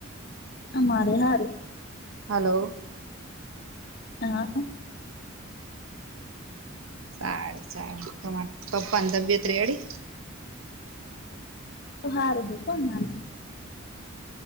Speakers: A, on the left; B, on the right.
A: અમારે હારું
B: હલો
A: હા
B: સારું સારું તમારે પપ્પા તબિયત રડી
A: તો હારૂ કોઈ વાંધો